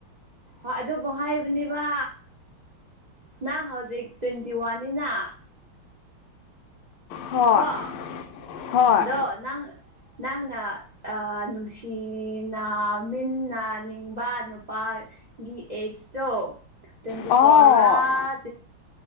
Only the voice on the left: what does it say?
ꯍꯣꯏ
ꯍꯣꯏ
ꯑꯣ